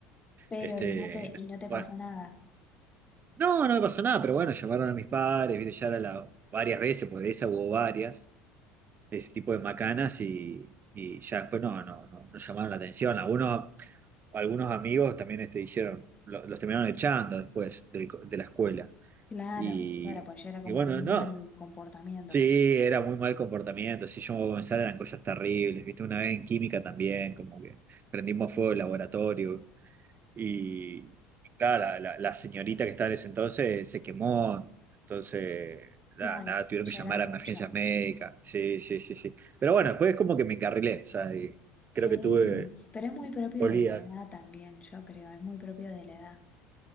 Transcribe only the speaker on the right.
este,
bueno,
no, no me pasó nada, pero bueno, llamaron a mis padres, viste, ya era la, varias veces, porque de esa hubo varias, de ese tipo de macanas, y, y ya después no, no, no, no llamaron la atención. Algunos, algunos amigos también este, hicieron, lo- los terminaron echando después del co- de, la escuela.
Y,
y bueno,
no,
sí, era muy mal comportamiento, sí, yo voy a comenzar, eran cosas terribles, viste, una vez en química también, como que prendimos fuego el laboratorio, y claro, la, la- la señorita que estaba en ese entonces se quemó, entonces nada,
nada, tuvieron
que llamar
a emergencias médicas. Sí, sí, sí, sí. Pero bueno, después es como que me encarrilé, o sea, y
creo que tuve
polía.